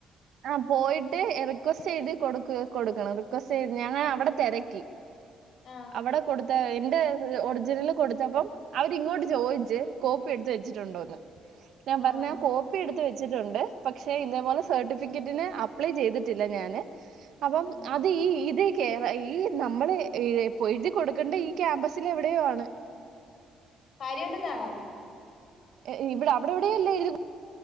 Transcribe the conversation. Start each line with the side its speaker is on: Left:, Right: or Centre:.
Right: ആഹ് പോയിട്ട് റിക്വസ്റ്റ് എഴുതി കൊടുക്ക് കൊടുക്കണം റിക്വസ്റ്റ് എഴുതി ഞങ്ങൾ അവിടെ തെരക്കി
Left: ആഹ്
Right: അവടെ കൊടുത്ത എന്റെ ഒറിജിനല് കൊടുത്തപ്പം അവരിങ്ങോട്ട് ചോയിച്ച് കോപ്പി എടുത്ത് വെച്ചിട്ടുണ്ടോന്ന് ഞാൻ പറഞ്ഞ്
Left: ആഹ്
Right: ഞാൻ കോപ്പി എടുത്ത് വെച്ചിട്ടുണ്ട് പക്ഷെ ഇതേപോലെ സെർട്ടി ഫിക്കേറ്റിന് അപ്ളെ ചെയ്തിട്ടില്ല ഞാന് അപ്പോ
Left: ഉം
Right: അ ത് ഈ ഇത് കേര ഈ നമ്മള് എഴ പൊഴുതി കൊടുക്കേണ്ട ഈ ക്യാമ്പസിൽ എവിടെയോ ആണ്
Left: പാരിവട്ടത്താണോ?
Right: എ ഇവിടെ അവിടെവിടെയെല്ലെ എഴുതി കൊ